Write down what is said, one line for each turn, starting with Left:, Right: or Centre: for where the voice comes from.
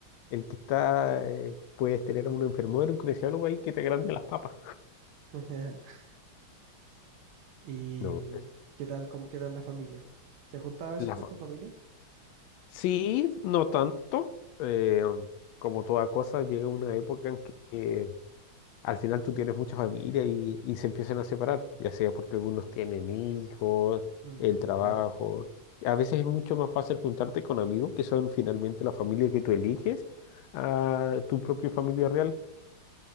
Left: el que está, eh, puedes tener a un enfermero, un kinesiólogo ahí que te agrande las papas.
Right: <laughs> ¿Y
Left: No,
Right: mm, qué tal, con- qué tal la familia? ¿Te juntas a veces
Left: la
Right: con
Left: fa-
Right: tu familia?
Left: sí, no tanto. eh, como toda cosa, llega una época en que al final tú tienes mucha familia y, y se empiezan a separar, ya sea porque algunos tienen hijos,
Right: Mm,
Left: el trabajo.
Right: claro.
Left: A veces es mucho más fácil juntarte con amigos que son finalmente la familia que tú eliges a tu propia familia real.